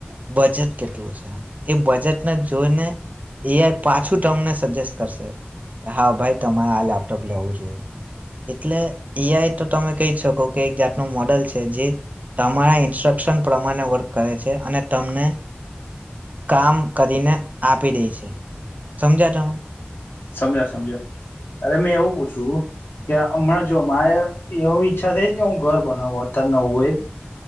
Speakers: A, on the right; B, on the left.
A: બજેટ કેટલું છે. એ બજેટને જોઈને એઆઈ પાછું તમને સજેસ્ટ કરશે કે હા ભાઈ તમારે આ લેપટોપ લેવું જોઈએ એટલે એઆઈ તો તમે કહી શકો કે એક જાતનું મોડલ છે જે તમારા ઇન્સ્ટ્રક્શન પ્રમાણે વર્ક કરે છે અને તમને કામ કરીને આપી દે છે. સમજ્યા તમે?
B: સમજ્યા સમજ્યા અરે મેં એવું પૂછ્યું કે હમણાં જો મારે એવ ઈચ્છા થઈ છે કે હું ઘર બનાવ નવું એક